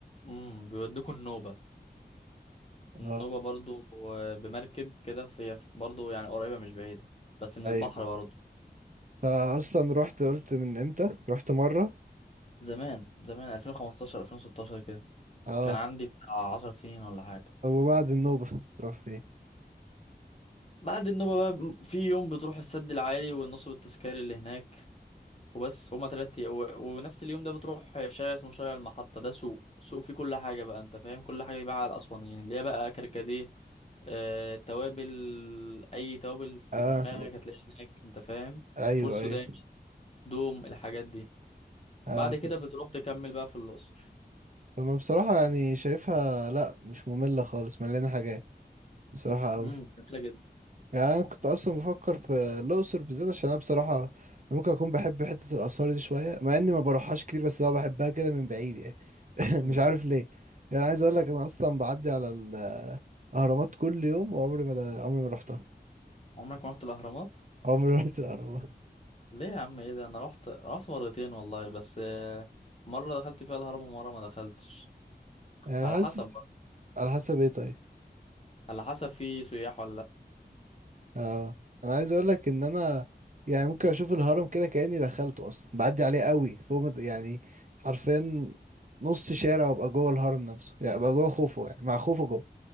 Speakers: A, on the left; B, on the right.
A: امم بيودوكوا النوبه النوبه
B: اه
A: برضو آه، بمركب كده في برضو يعني قريبه مش بعيده بس من
B: ايوه
A: البحر برضو
B: أنا اصلا رحت قلت من امتى رحت مره
A: زمان زمان 2015 2016 كده
B: اه
A: كان عندي بتاع 10 سنين ولا حاجة
B: طب وبعد النوبه تروح فين
A: بعد النوبة بقى في يوم بتروح السد العالي والنصب التذكاري اللي هناك وبس هما تلات أيام و... ونفس اليوم ده بتروح شارع اسمه شارع المحطة ده سوق سوق فيه كل حاجة بقى أنت فاهم كل حاجة يباع على الأسوانيين اللي هي بقى كركديه آه... توابل أي توابل في
B: اه
A: دماغك هتلاقيها هناك أنت فاهم
B: ايوه
A: فول سوداني
B: ايوه
A: دوم الحاجات دي بعد
B: آه. طب
A: كده بتروح تكمل بقى في الأقصر
B: طب أنا بصراحه يعني شايفها لا مش ممله خالص مليانه حاجات بصراحه قوي
A: امم جميلة جدا
B: يعني انا كنت اصلا بفكر في الاقصر بالذات عشان انا بصراحه ممكن اكون بحب حته الاثار دي شويه مع اني ما بروحهاش كتير بس انا بحبها كده من بعيد يعني
A: امم
B: <laughs> مش عارف ليه يعني عايز اقول لك انا اصلا بعدي على الاهرامات كل يوم وعمري ما ده عمري ما رحتها
A: عمرك ما رحت الاهرامات
B: عمري ما رحت الاهرامات
A: ليه يا عم ايه ده انا رحت رحت مرتين والله بس آه، مره دخلت فيها الهرم ومره ما دخلتش
B: يعني
A: على
B: حاسس
A: حسب بقى
B: على حسب ايه طيب
A: على حسب في سياح ولا لا
B: اه انا عايز اقول لك ان انا يعني ممكن اشوف الهرم كده كاني دخلته اصلا بعدي عليه قوي فوق ما ت- يعني حرفيا نص شارع وابقى جوه الهرم نفسه يعني ابقى جوه خوفو يعني مع خوفو جوه